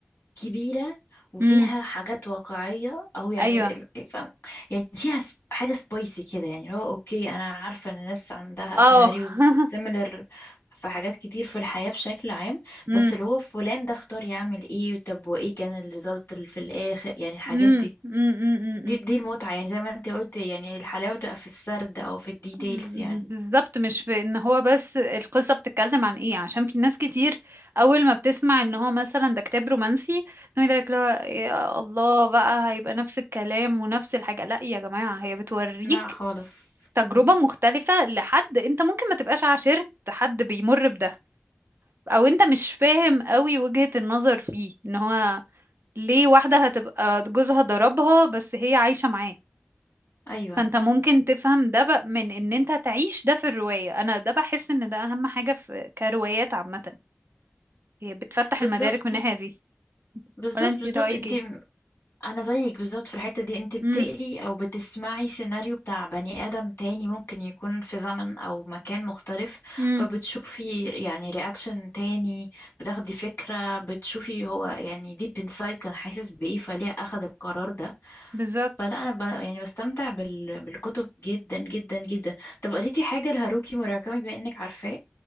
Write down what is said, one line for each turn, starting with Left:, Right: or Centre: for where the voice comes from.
Left: كبيرة وفيها
Right: امم
Left: حاجات واقعية أو يعني
Right: أيوه
Left: ال- فاهم يعني فيها سب- حاجة سبايسي كده يعني هو أوكي أنا عارفة إن الناس عندها
Right: اه
Left: سيناريوز
Right: <laughs>
Left: سيميلر في حاجات كتير في الحياة بشكل عام
Right: مم.
Left: بس اللي هو فلان ده اختار يعمل ايه طب وإيه كان الريزلت اللي في الآخر يعني الحاجات
Right: امم
Left: دي
Right: امم امم، امم،
Left: دي
Right: امم،
Left: دي المتعة يعني زي ما انت قلت يعني الحلاوة تبقى في السرد أو في الديتيلز
Right: امم، امم،
Left: يعني
Right: بالظبط مش في ان هو بس القصة بتتكلم عن ايه عشان في ناس كتير اول ما بتسمع ان هو مثلا ده كتاب رومانسي تقول لك لا يا الله بقى هيبقى نفس الكلام ونفس الحاجة لا يا جماعة هي بتوريك
Left: لا خالص
Right: تجربة
Left: مم.
Right: مختلفة لحد انت ممكن ما تبقاش عاشرت حد بيمر بده او انت مش فاهم قوي وجهة النظر فيه ان هو ليه واحدة هتبقى جوزها ضربها بس هي عايشة معاه
Left: أيوه
Right: فانت ممكن تفهم ده بق- من ان انت تعيش ده في الرواية انا ده بحس ان ده اهم حاجة في كروايات عامة هي بتفتح
Left: بالظبط
Right: المدارك من الناحية دي
Left: بالظبط
Right: ولا انت
Left: بالظبط
Right: رأيك
Left: انت
Right: ايه
Left: انا زيك بالظبط في الحتة دي انت بتقري
Right: امم
Left: او بتسمعي سيناريو بتاع بني ادم تاني ممكن يكون في زمن او مكان مختلف
Right: امم
Left: فبتشوفي يعني رياكشن تاني بتاخدي فكرة بتشوفي هو يعني ديب انسايد كان حاسس بايه فليه اخد القرار ده
Right: بالظبط
Left: فلا انا ب... يعني بستمتع بال... بالكتب جدا جدا جدا طب قريتي حاجة لهاروكي موراكامي بما انك عارفاه